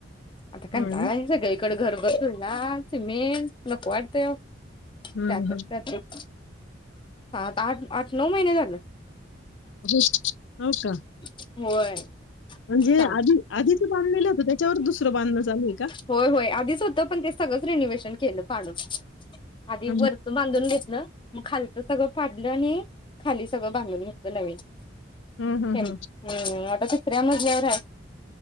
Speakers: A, on the left; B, on the left.
A: आता कंटाळा
B: हां ना.
A: येतो ग. घरभर चुना, सिमेंट नको वाटतंय हो.
B: हं,
A: त्यातच
B: हं.
A: त्यातून सात आठ, आठ नऊ महिने झाले.
B: हो का.
A: आहे होय.
B: म्हणजे
A: काम
B: आधी आधीच बांधलेलं होतं त्याच्यावर दुसर दुसरं बांधन चालूये.
A: होय होय आधीच होतं पण ते सगळंच रिनोव्हेशन केलं पाडून. आधी
B: हं,
A: वरच बांधून घेत. मग खालच सगळं पाडलं आणि खाली सगळं बांधून घेतलं नवीन.
B: हं, हं,
A: हम्
B: हं.
A: हम् आता दुसऱ्या मज एवढं